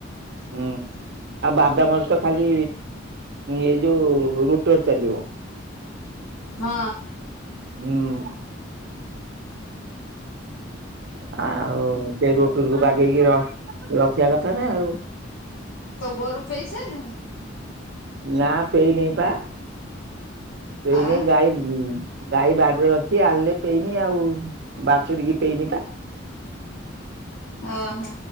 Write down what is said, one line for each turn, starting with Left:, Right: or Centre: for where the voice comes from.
Right: ହୁଁ। ଆଉ ବାଦାମରତ ଖାଲି ଏଇ ଯୋଉ ରୁଟୋର ଚାଲିବ।
Left: ହଁ।
Right: ହୁଁ। ଆଉ ସେରୋଟକୁ ବାଗେଇକି ରଖିବା କଥାନା ଆଉ।
Left: ତ ଗୋରୁ ପେଇସାଇଲୁଣ?
Right: ନା ପେଇନାହିଁପା ପେଇନେହିଁ
Left: ଆଉ
Right: ଗାଈ ଗାଈ ବାରିରେ ଅଛି ଆଣିଲେ ପେଇମି ଆଉ ବାଚୁରୀକି ପେଇନିପା।
Left: ଓହୋ।